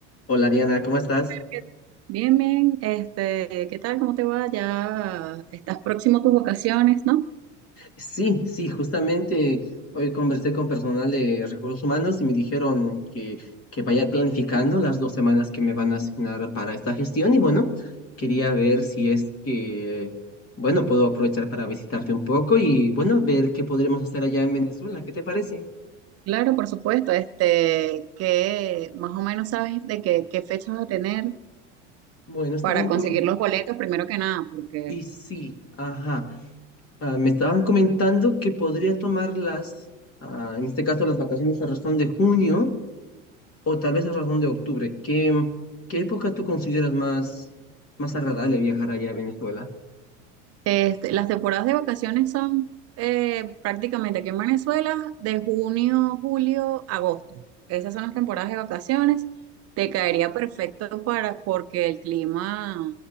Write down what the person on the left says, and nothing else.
Hola Diana, ¿cómo estás?
Sí, sí, justamente hoy conversé con personal de recursos humanos y me dijeron que, que vaya planificando las dos semanas que me van a asignar para esta gestión y bueno, quería ver si es que, bueno, puedo aprovechar para visitarte un poco y bueno, ver qué podremos hacer allá en Venezuela, ¿qué te parece?
Bueno, estaban
comentando,
y sí, ajá, ah, me estaban comentando que podría tomar las, ah, en este caso las vacaciones a razón de junio o tal vez a razón de octubre. ¿Qué, qué época tú consideras más, más agradable viajar allá a Venezuela?